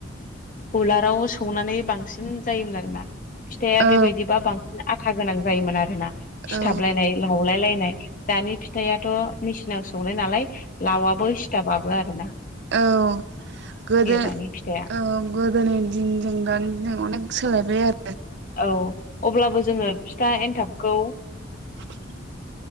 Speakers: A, on the left; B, on the right.
A: उलाराव सौनानै बांसिन जायोमोन आरोना फिथाया
B: औ
A: बेबायदिबा बांसिन आथा गोनां जायोमोन आरो- ना सिथाबलायनाय
B: औ
A: लावलाय लायनाय नाय दानि फिथायाथ' मेसिनाव सौनाय नालाय लावाबो सिथाबाबो आरो ना
B: औ गोदो
A: दानि फिथाइया
B: औ गोदोनि दिनजों दानि दिनजों अनेक सोलायबाय आरो
A: औ अब्लाबो जोङो फिथा एनथाब खौ
B: <inaudible>